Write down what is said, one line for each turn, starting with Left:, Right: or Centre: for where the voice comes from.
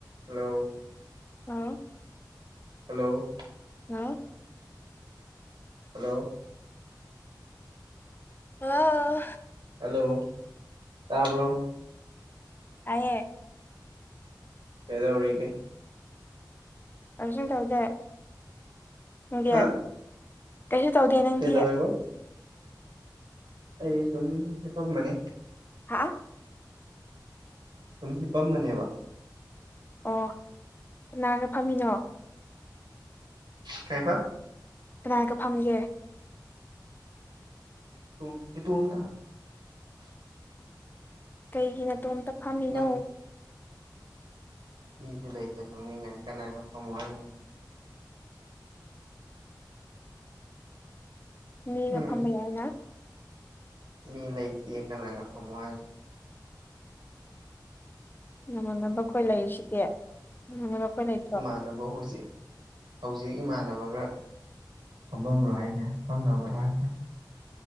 Right: hello
Left: ꯍꯥ
Right: hello
Left: ꯍꯥꯎ
Right: hello
Left: hello
Right: hello ꯇꯥꯕ꯭ꯔꯣ
Left: ꯇꯥꯌꯦ
Right: ꯀꯩꯗꯧꯔꯤꯒꯦ
Left: ꯀꯩꯁꯨꯝ ꯇꯧꯗꯦ ꯅꯪꯗꯤ
Right: ꯍꯥ
Left: ꯀꯩꯁꯨ ꯇꯧꯗꯦ ꯅꯪꯗꯤ
Right: ꯀꯩꯗꯧꯋꯦꯕ ꯑꯩ ꯁꯨꯝ ꯍꯤꯄꯝꯕꯅꯤ
Left: ꯍꯥ
Right: ꯁꯨꯝ ꯍꯤꯄꯝꯕꯅꯦꯕ
Left: ꯑꯣ ꯀꯅꯥꯒ ꯐꯝꯃꯤꯅꯣ
Right: ꯀꯩꯕ
Left: ꯀꯅꯥꯒ ꯐꯝꯒꯦ
Right: ꯁꯨꯝ ꯏꯇꯣꯝꯇ
Left: ꯀꯩꯒꯤ ꯅꯇꯣꯝꯇ ꯐꯝꯃꯤꯅꯣ
Right: ꯅꯪ ꯃꯤꯁꯨ ꯂꯩꯇꯦ ꯐꯝꯅꯤꯡꯉꯥꯏ ꯀꯅꯥꯒ ꯐꯝꯃꯣ ꯍꯥꯏꯅꯣ
Left: ꯃꯤꯒ
Right: ꯎꯝ
Left: ꯐꯝꯕ ꯌꯥꯏꯅ
Right: ꯃꯤ ꯂꯩꯇꯦ ꯀꯅꯥꯒ ꯐꯝꯃꯣ ꯍꯥꯏꯅꯣ
Left: ꯅꯃꯥꯟꯅꯕ ꯈꯣꯏ ꯂꯩꯔꯤꯁꯤꯗꯤ ꯅꯃꯥꯟꯅꯕ ꯈꯣꯏ ꯂꯩ
Right: ꯏꯃꯥꯟꯅꯕ ꯍꯧꯖꯤꯛ ꯍꯧꯖꯤꯛ ꯏꯃꯥꯟꯅꯕꯒ ꯐꯝꯕꯝꯂꯣ ꯍꯥꯏꯁꯦ ꯐꯝꯅꯕꯔꯣ ꯍꯥꯏꯁꯦ